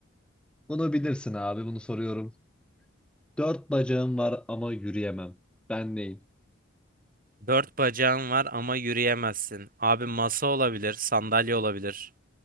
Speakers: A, in the centre; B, on the right.
A: Bunu bilirsin abi bunu soruyorum. Dört bacağım var ama yürüyemem. Ben neyim?
B: Dört bacağın var ama yürüyemezsin. Abi masa olabilir, sandalye olabilir.